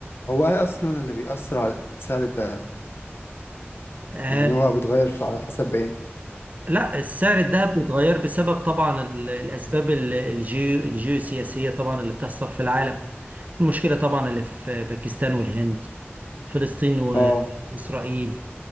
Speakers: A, on the left (about 60°); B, on the right (about 35°).
A: هو ايه اصلا اللي بيأثر على سعر الذهب
B: آه
A: يعني هو بيتغير في- على حسب ايه
B: لا السعر الدهب بيتغير بسبب طبعا ال- الاسباب ال- الجيو الجيوسياسيه طبعا اللي بتحصل في العالم المشكله طبعا اللي في باكستان والهند فلسطين و-
A: اه
B: واسرائيل